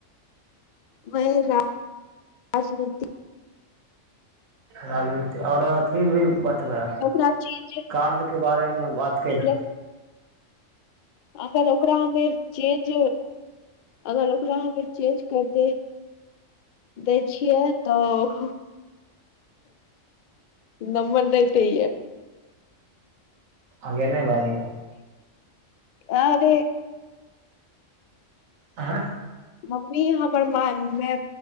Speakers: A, on the left; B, on the right.
A: वह राज राजनीतिक
B: राजनीति आओरथि भी त
A: ओकरा चेंज
B: कार्य के बारेमे बात कल
A: अगर अगर ओकरा हमे चेंज अगर ओकरा हमे चेंज करते दै छियै तऽ नम्मन नहि तै
B: अग्े नहि बनैया
A: आ त
B: आँ
A: मम्मी यहाँ पर मे